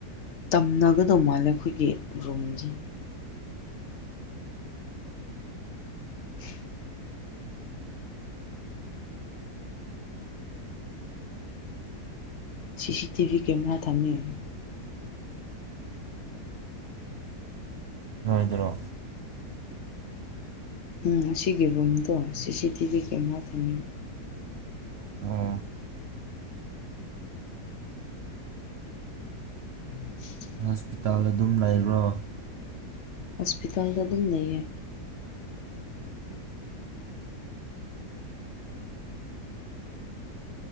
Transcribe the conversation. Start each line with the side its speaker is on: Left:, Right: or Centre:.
Left: ꯇꯝꯅꯒꯗꯧ ꯃꯥꯜꯂꯦ ꯑꯩꯈꯣꯏꯒꯤ ꯔꯨꯝꯁꯦ <unintelligible> ꯁꯤ ꯁꯤ ꯇꯤ ꯚꯤ ꯀꯦꯃꯦꯔꯥ ꯊꯝꯃꯤꯅ
Right: ꯏꯗ꯭ꯔꯣ
Left: ꯎꯝ ꯑꯁꯤꯒꯤ ꯔꯨꯝꯗꯣ C C T V camera ꯊꯝꯕꯤ
Right: ꯑꯣ
Left: ꯎꯝ
Right: ꯍꯣꯁꯄꯤꯇꯥꯜ ꯑꯗꯨꯝ ꯂꯩꯕ꯭ꯔꯣ
Left: ꯍꯣꯁꯄꯤꯇꯥꯜꯗ ꯑꯗꯨꯝ ꯂꯩ